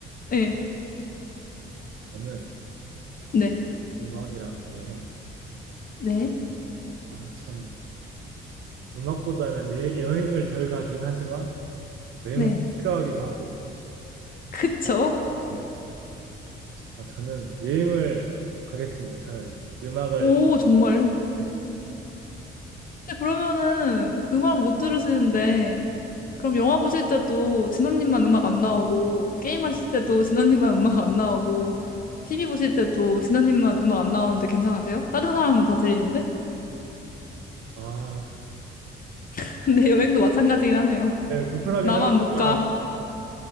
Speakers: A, on the left; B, on the right.
A: 네.
B: 저는
A: 네.
B: 음악이랑 여행
A: 네.
B: 아 참 음악보다는 여, 여행을 덜 가긴 하지만 여행은
A: 네.
B: 필요하기도 하고
A: 그쵸?
B: 네. 아 저는 여행을 가겠습니다 차라리 음악을
A: 오, 정말요?
B: 네.
A: 근데 그러면은 음악 못 들으시는데, 그럼 영화 보실 때도 진원님만 음악 안 나오고, 게임 하실 때도 진원님만 <laughs> 음악 안 나오고, TV 보실 때도 진원님만 음악 안 나오는데 괜찮으세요? 다른 사람은 다 들리는데?
B: 아,
A: <laughs> 근데 여행도 마찬가지긴 하네요.
B: 네, 불편하긴
A: 나만
B: 하겠지만
A: 못 가.